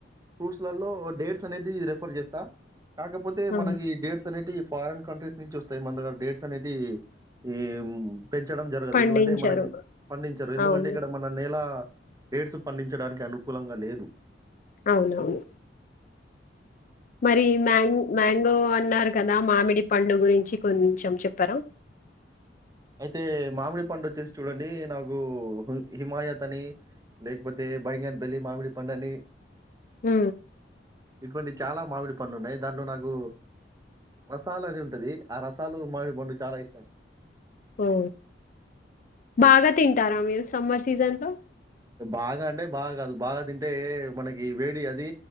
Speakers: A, on the right; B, on the left.
A: ఫ్రూట్స్లలో డేట్స్ అనేది రెఫర్ చేస్తా. కాకపోతే
B: ఆ
A: మనకి డేట్స్ అనేటివి, ఫారిన్ కంట్రీస్ నుంచి వస్తాయి. మన దగ్గర డేట్స్ అనేటివి ఈ మ్ పెంచడం జరగదు.
B: పండించారు
A: ఎందుకంటే, మనకి, పండించరు ఎందుకంటే
B: అవును
A: ఇక్కడ మన నేల డేట్స్ పండించడానికి అనుకూలంగా లేదు.
B: అవునవును. మరి మ్యాంగ్ మ్యాంగో అన్నారు కదా మామిడి పండు గురించి కొన్చం చెప్పరా!
A: అయితే మామిడి పండు వచ్చేసి చూడండి నాకు హిమాయత్ అని లేకపోతే, భైంగాన్ పళ్లి మామిడి పండని
B: మ్
A: ఇటువంటి చాలా మామిడి పండ్లున్నాయి. దాంట్లో నాకు వసాలు అని ఉంటది ఆ రసాలు మావిడి పండు చాలా ఇష్టం.
B: ఓ బాగా తింటారా మీరు సమ్మర్ సీజన్ లో?
A: బాగా అంటే బాగా కాదు. బాగా తింటే మనకి వేడి. అది